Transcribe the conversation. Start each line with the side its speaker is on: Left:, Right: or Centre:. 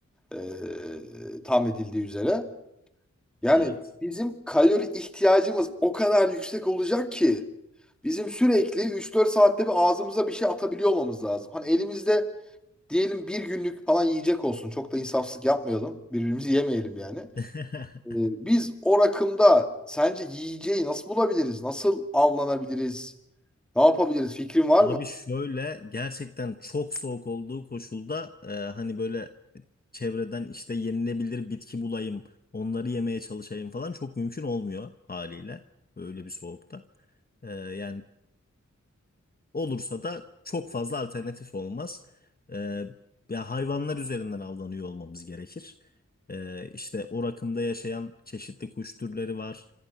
Centre: e, tahmin edildiği üzere. Yani
Left: Evet.
Centre: bizim kalori ihtiyacımız o kadar yüksek olacak ki bizim sürekli üç dört saatte bir ağzımıza bir şey atabiliyor olmamız lazım. Hani elimizde diyelim bir günlük falan yiyecek olsun. Çok da insafsızlık yapmayalım. Birbirimizi yemeyelim yani. Ee,
Left: <laughs>
Centre: Biz o rakımda sence yiyeceği nasıl bulabiliriz? Nasıl avlanabiliriz? Ne yapabiliriz? Fikrin var
Left: Abi
Centre: mı?
Left: şöyle gerçekten çok soğuk olduğu koşulda e, hani böyle çevreden işte yenilebilir bitki bulayım, onları yemeye çalışayım falan çok mümkün olmuyor haliyle öyle bir soğukta. E, yani olursa da çok fazla alternatif olmaz. E, ya hayvanlar üzerinden avlanıyor olmamız gerekir. E, işte o rakımda yaşayan çeşitli kuş türleri var,